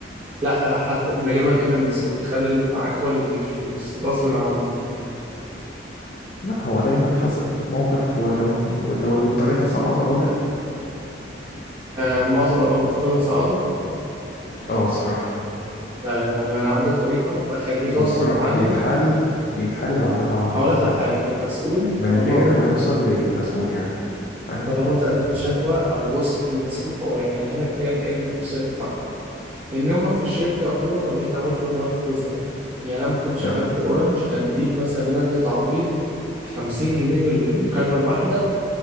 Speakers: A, on the right; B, on the left.
A: لا حتى من غير ما تكلم المسؤول تخلي اللي معاك هو اللي يديك الفلوس غصب عنه
B: لا هو دايما حسب موقف ولو لو اللي اضطريت اصعده او لا
A: آه معظم الاب بتضطر تصعده
B: اه الصراحه
A: لا يا معلم انا عندي طريقه بخليه غصب
B: والصراحه
A: عنه
B: بيتحل بيتحل بعدها على
A: ما هقول
B: طول
A: لك على
B: يعني
A: حاجه المسؤول
B: من
A: طالما
B: غير ما يوصل للمسؤول يعني فاهم؟
A: طالما تقدمت شكوى او وصلت للمسؤول فهو هيحلها لك ايا كان الفلوس اللي هيدفعها لان هم في الشركه يعتبر ما بيهتموش بحوار الفلوس ده يعني انا لما كنت شغال
B: yeah.
A: في اورنج كان ليك مثلا انا ادي تعويض 50 جنيه للمكالمه الواحده